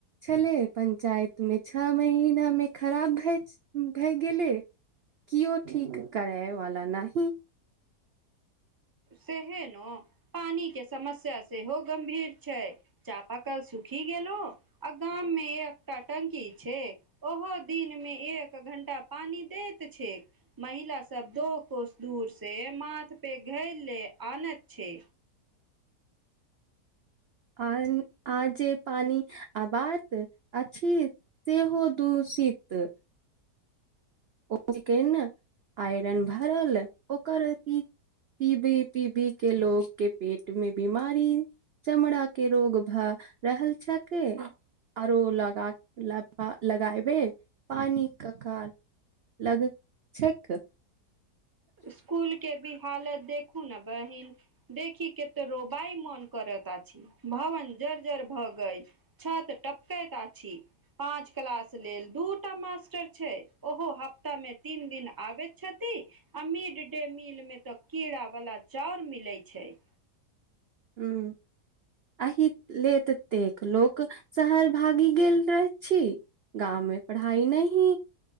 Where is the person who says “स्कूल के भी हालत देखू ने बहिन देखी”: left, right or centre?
Right